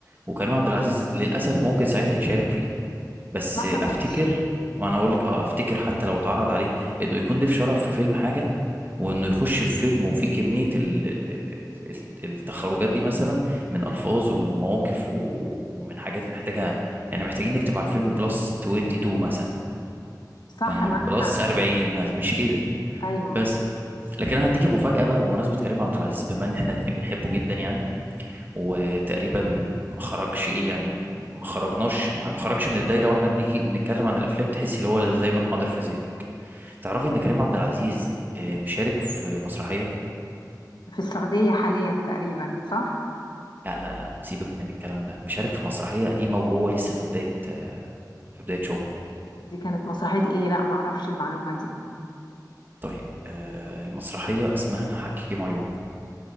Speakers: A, on the right; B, on the left.
A: وكريم عبد العزيز للاسف ممكن ساعتها يشارك فيه بس
B: ما اعتقدش
A: افتكر وانا اقول لك اه افتكر حتى لو اتعرض عليه انه يكون ضيف شرف في فيلم حاجه وانه يخش في فيلم وفيه كميه ال- ال- ال- ال- التخرجات دي مثلا من الفاظ ومن مواقف و- ومن حاجات محتاجه يعني محتاجين نكتب على الفيلم بلس 22 مثلا
B: صح
A: فاهمه
B: معاك
A: بلس
B: حق
A: 40 مثلاً، مش كده
B: ايوه
A: بس لكن انا هديكي مفاجاه بقى بمناسبه كريم عبد العزيز بما ان احنا الاثنين بنحبه جدا يعني وتقريبا ما خرجش ايه يعني ما خرجناش يعني ما خرجش من الدايره واحنا بنيجي بنتكلم عن الافلام تحس اللي هو اللي دايما حاضر في ذهنك تعرفي ان كريم عبد العزيز آه، مشارك في مسرحيه
B: في السعوديه حاليا تقريبا صح
A: لا لا لا سيبك من الكلام ده مشارك في مسرحيه قديمه وهو لسه في بدايه آه، في بدايه شغله
B: دي كانت مسرحيه ايه لا ما اعرفش المعلومه دي
A: طيب آه، المسرحيه اسمها حكيم عيون